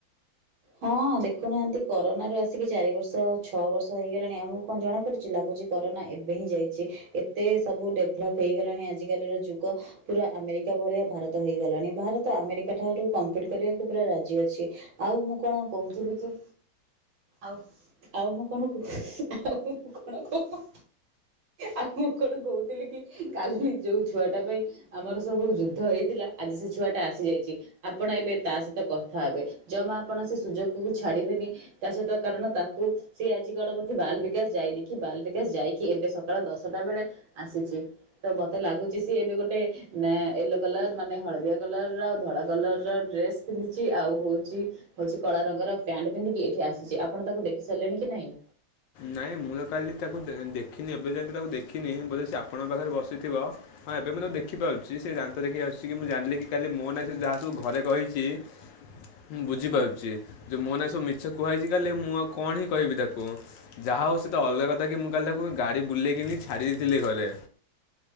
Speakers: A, on the right (about 80°); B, on the left (about 75°).
A: ହଁ ଦେଖୁନାହାନ୍ତି କରୋନାରୁ ଆସିକି ଚାରି ବର୍ଷ ଛଅ ବର୍ଷ ହେଇଗଲାଣି ଆମକୁ କଣ ଜଣା ପଡୁଛି। ଲାଗୁଛି କରୋନା ଏବେ ହିଁ ଯାଇଛି ଏତେ ସବୁ ଡେଭଲପ୍ ହେଇଗଲାଣି ଆଜିକାଲିର ଯୁଗ ପୁରା ଆମେରିକା ଭଳିଆ ଭାରତ ହେଇଗଲାଣି ଭାରତ ଆମେରିକା ଠାରୁ କମ୍ପିଟ୍ କରିବାକୁ ପୁରା ରାଜି ଅଛି। ଆଉ ମୁଁ କଣ କହୁଥିଲି କି ଆଉ ଆଉ ମୁଁ କଣ କଃ ଆଉ ମୁଁ କଣ କହୁ ଆଉ ମୁଁ କଣ କହୁଥିଲି କି କାଲି ଯୋଉ ଛୁଆ ଟା ପାଇଁ ଆମର ସବୁ ଯୁଦ୍ଧ ହେଇଥିଲା ଆଜି ସେ ଛୁଆ ଟା ଆସିଯାଇଛି। ଆପଣ ଏବେ ତା ସହିତ କଥା ହେବେ। ଜମା ଆପଣ ସେ ସୁଯୋଗକୁ ଛାଡିବେନି। ତା ସହିତ କାରଣ ତାକୁ ସିଏ ଆଜି କଣ ଗୋଠି ବାଲ୍ ବିକାଶ ଯାଇନି କି ବାଲ୍ ବିକାଶ ଯାଇକି ଏବେ ସକାଳ ଦଶଟା ବେଳେ ଆସିଛି। ତ ବତେ ଲାଗୁଛି ସିଏ ଏବେ ଗୋଟେ ନା ୟେଲୋ କଲର ମାନେ ହଳଦିଆ କଲର ଆଉ ଧଳା କଲର ର ଡ୍ରେସ ପିନ୍ଧିଛି। ଆଉ ହୋଉଛି ହଉଛି କଳା ରଙ୍ଗର ପ୍ୟାଣ୍ଟ ପିନ୍ଧିକି ଏଠି ଆସିଛି ଆପଣ ତାଙ୍କୁ ଦେଖି ସାରିଲେଣି କି ନାଇଁ?
B: ନାଇଁ ମୁଁ ତ କାଲି ତାକୁ ଦେ ଦେଖିନି ଏବେ ଯାଏ ତ ତାକୁ ଦେଖିନି ବୋଧେ ସେ ଆପଣଙ୍କ ପାଖରେ ବସିଥିବ। ହଁ ଏବେ ମୁଁ ତାକୁ ଦେଖିପାରୁଛି ସେ ଦାନ୍ତ ଦେଖେଇକି ହସୁଛି କି ମୁଁ ଜାଣିଲି କି କାଲି ମୋ ନାଁ ରେ ସେ ଯାହା ସବୁ ଘରେ କହିଛି ମୁଁ ବୁଝିପାରୁଛି ଯେ ମୋ ନାଁରେ ସବୁ ମିଛ କୁହାଯାଇଛି କାଲି ମୁଁ ଆଉ କଣ ହି କହିବି ତାକୁ। ଯାହା ହୋଉ ସେ ତ ଅଲଗା କଥା କି ମୁଁ କାଲି ତାକୁ ଗାଡ଼ି ବୁଲେଇକି ନେଇ ଛାଡ଼ି ଦେଇଥିଲି ଘରେ।